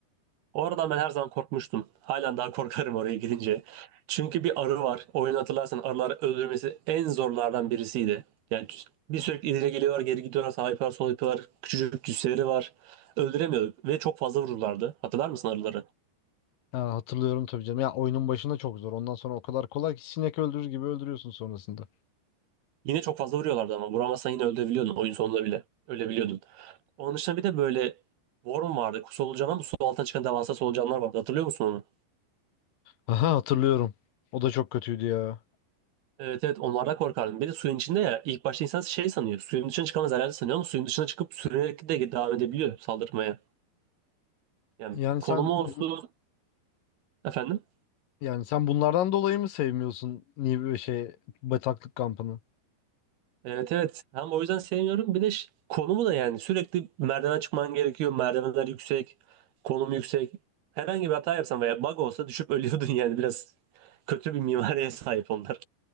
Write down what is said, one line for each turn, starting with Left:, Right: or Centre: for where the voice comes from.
Right: Oradan ben her zaman korkmuştum. Halen daha korkarım oraya gidince. Çünkü bir arı var. Oyunu hatırlarsan arıları öldürmesi en zorlardan birisiydi. Yani bir sürekli ileri geliyorlar, geri gidiyorlar, sağa yapıyorlar, sola yapıyorlar. Küçücük cüsseleri var. Öldüremiyorduk ve çok fazla vururlardı. Hatırlar mısın arıları?
Left: Ha, hatırlıyorum tabii canım. Ya oyunun başında çok zor. Ondan sonra o kadar kolay ki sinek öldürür gibi öldürüyorsun sonrasında.
Right: Yine çok fazla vuruyorlardı ama vuramazsan yine öldürebiliyordun oyun sonunda bile. Ölebiliyordun. Onun dışında bir de böyle worm vardı. Solucan ama su altına çıkan devasa solucanlar vardı. Hatırlıyor musun onu?
Left: Aha hatırlıyorum. O da çok kötüydü ya.
Right: Evet evet onlardan korkardım. Bir de suyun içinde ya ilk başta insan şey sanıyor. Suyun dışına çıkamaz herhalde sanıyor ama suyun dışına çıkıp sürünerek de devam edebiliyor saldırmaya. Yani
Left: Yani
Right: konumu
Left: sen
Right: olsun
Left: bu-
Right: efendim.
Left: yani sen bunlardan dolayı mı sevmiyorsun niye böyle şey bataklık kampını?
Right: Evet evet hem o yüzden sevmiyorum. Bir de ş- konumu da yani sürekli merdiven çıkman gerekiyor. Merdivenler yüksek. Konum yüksek. Herhangi bir hata yapsan veya bug olsa düşüp ölüyordun yani biraz kötü bir mimariye sahip onlar.